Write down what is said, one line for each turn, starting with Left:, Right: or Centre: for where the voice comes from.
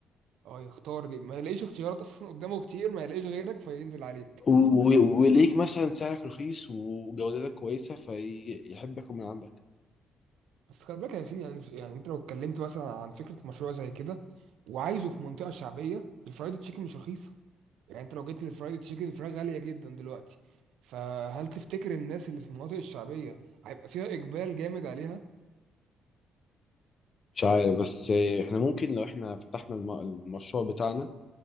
Right: اه يختار ليه ما يلاقيش اختيارات اصلا قدامه كتير ما يلاقيش غيرك فينزل عليك
Left: و- و- وليك مثلا سعرك رخيص وجودتك كويسة فيحب ياكل من عندك
Right: بس خلي بالك يا سيدي يعني يعني انت لو اتكلمت مثلا عن فكره مشروع زي كده وعايزه في منطقه شعبيه الفرايد تشيكن مش رخيصه يعني انت لو جيت للفرايد تشيكن الفراخ غاليه جدا دلوقتي فهل تفتكر الناس اللي في المناطق الشعبيه هيبقى فيها اقبال جامد عليها
Left: مش عارف بس
Right: يعني
Left: إحنا ممكن لو إحنا فتحنا الم- المشروع بتاعنا